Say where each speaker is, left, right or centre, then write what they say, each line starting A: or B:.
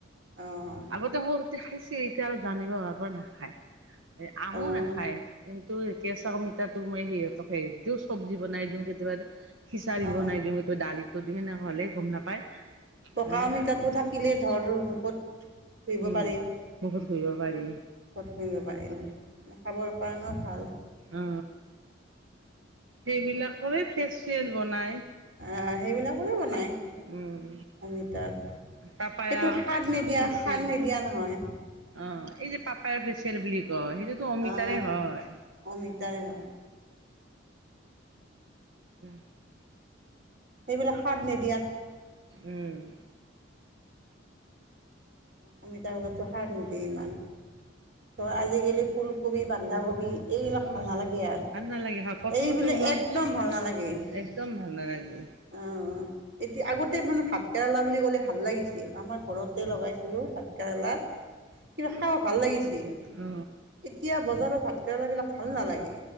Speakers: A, on the right; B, on the right.
A: অঁ
B: আগতে সৰুতে খাইছ এতিয়া আৰু জানিব হোৱা পৰা নাখায়। আমো
A: অঁ
B: নাখায় কিন্ত। কেঁচা কমিতা মই সিহঁতক হেৰি দিও, চব্জি বনাই দিওঁ কেতিয়াবা খিচাৰি
A: অঁ
B: বনাই দিও, এনেকে ডালিত যদিও এনেকুৱা হলে, গম নাপায়।
A: পকা
B: মানে
A: অমিতাটো থাকিলে ধৰ মুখত ঘঁহিব
B: উম
A: পাৰি
B: মুখত ঘহিব পাৰি।
A: <unintelligible> খাবৰ কাৰণে ভাল।
B: অ। সেইবিলাকৰে ফেচিয়েল বনাই।
A: অ, সেইবিলাক। বনাই
B: উম
A: আমিতাৰ,
B: পাপায়া
A: সেটো খাৰ নিদিয়,
B: ফেচিয়েল
A: খাৰ নিদিয়া নহয়।
B: অ এই যে, পাপায়া ফেচিয়েল ব্লিক কয়, সেইটোতো অমিতাৰে
A: আহ
B: হয়।
A: অমিতাৰে হয়
B: <unintelligible>
A: সেইবিলাক খাৰ নেদিয়া।
B: উম। <inaudible>
A: অমিতাৰ মাজতো সাৰ নেদিয়ে ইমান, টো, আজিকালি ফুলকবি, বন্ধাকবি এইবিলাক
B: অ
A: ভাল নালাগে, আৰু
B: ভাল নালাগে হয় প্ৰথমতে
A: এইবিলাক,
B: ওলাও
A: একদম ভাল নালাগে,
B: একদম ভাল নালাগে
A: অ। এতিয়া, আগতে মানে ভাত কেৰেলা বুলি ক'লে, ভাল লাগিছিল আমাৰ ঘৰত লগাইছিলো ভাত কেৰেলা, কিবা খাব ভাল লাগিছিল। এতিয়া
B: অ
A: বজাৰত ভাত কেৰেলাবিলাক, ভাল নালাগে।